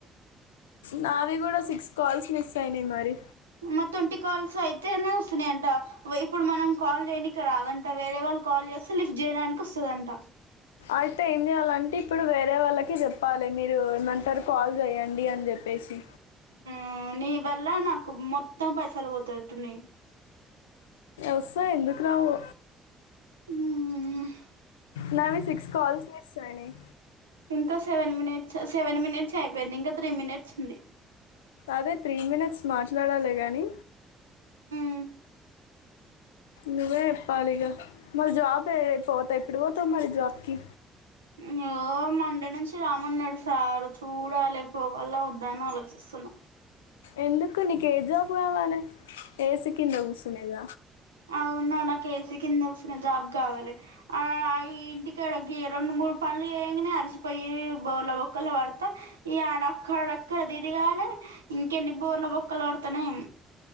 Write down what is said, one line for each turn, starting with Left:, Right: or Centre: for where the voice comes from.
Left: నావి కూడా సిక్స్ కాల్స్ మిస్ అయినయి మరి.
Right: మా ట్వంటీ కాల్స్ అయితేనే వస్తున్నయంట. ఇప్పుడు మనం కాల్ చేయనికి రాదంట. వేరే వాళ్ళు కాల్ చేస్తే లిఫ్ట్ జెయిన్అయినంక వస్తదంట.
Left: అయితే ఏం చేయాలంటే ఇప్పుడు వేరే వాళ్ళకి చెప్పాలె మీరు ఏమంటరు కాల్ చేయండి అని చె ప్పెసి.
Right: ఆ నీవల్లా నాకు మొత్తం పైసలు పోతట్టున్నయి.
Left: వస్తయి ఎందుకు రావు.
Right: <unintelligible>
Left: నావి సిక్స్ కాల్స్ మిస్ అయినయి.
Right: ఇంకా సెవెన్ మినిట్స్. సెవెన్ మినిట్స్ అయిపోయింది, ఇంకా త్రీ మినిట్స్ ఉంది.
Left: అదే త్రీ మినిట్స్ మాట్లాడాలె గాని
Right: హు
Left: నువ్వే చెప్పాలి ఇగా మరి జాబ్ పోతా ఎప్పుడు పోతవు మరి జాబ్కి.
Right: ఇగో మండే నుంచి రామ్మన్నడు సారు. చూడాలె పోవాల వద్దా అని ఆలోచిస్తున్నా.
Left: ఎందుకు నీక ఏ జాబు కావాలే ఏసి కింద కూర్స్తునేద
Right: అవున్నా నాకు ఏసీ కింద వసిన జాబ్ కావాలి, ఆ ఇంటికిడ గ రెండు మూడు పనులు వయగానే అలిసిపోయి బోర్ల బొక్కలు పడతా, ఈ ఆడ అక్కడ ఎక్కడ దిదిగాల ఇంకెన్ని బోర్ల బొక్కలు పడతానేేం